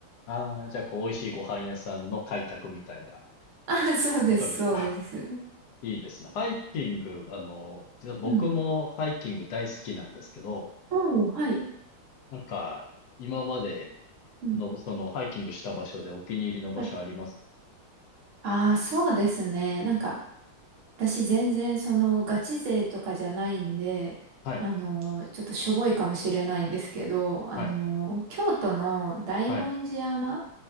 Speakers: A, on the left (about 80°); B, on the right (about 80°).
A: ああ、じゃあ、こう、美味しいご飯屋さんの開拓みたいな
B: あ、そうです、
A: ことですが、
B: そうです。
A: あ、いいですね。ハイキング、あの、実は僕もハイキング大好きなんですけど、
B: うん。おー、はい。
A: なんか、今まで
B: うん。
A: の、その、ハイキングした場所でお気に入りの場所あります
B: はいああ、そうですね。なんか、私全然そのガチ勢とかじゃないんで、
A: はい、
B: あのー、ちょっとしょぼいかもしれないんですけど、あのー、
A: はい、
B: 京都の大文字山
A: はい、